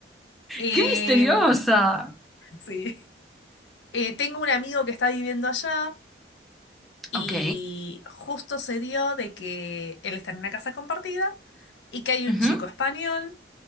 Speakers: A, on the left; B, in the centre.
A: Em,
B: Qué misteriosa.
A: sí. Eh, tengo un amigo que está viviendo allá y
B: Ok.
A: justo se dio de que él está en una casa compartida y que hay un
B: ujú.
A: chico español